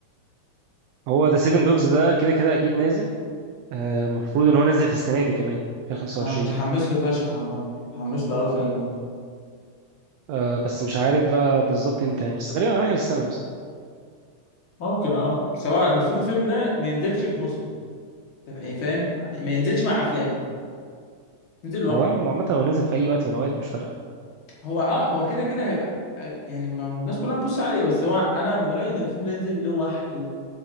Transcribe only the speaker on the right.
هو ذا سيفن دوز ده كده كده أكيد نازل آه، المفروض إن هو نازل في السنة دي كمان في 25
آه، بس مش عارف بقى بالظبط إمتى يعني بس غالبا على آخر السنة مثلا
هو عامة لو نزل في أي وقت من الأوقات مش فارقة